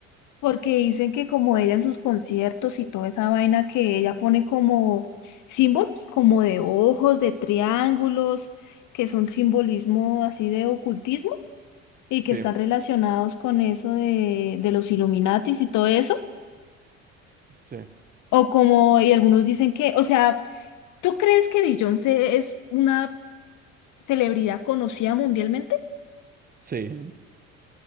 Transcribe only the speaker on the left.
porque dicen que como ella en sus conciertos y toda esa vaina que ella pone como símbolos, como de ojos, de triángulos, que son simbolismo así de ocultismo. y que
están relacionados con eso de, de los Illuminatis y todo eso,
o como, y algunos dicen que, o sea, ¿tú crees que Beyoncé es una celebridad conocida mundialmente?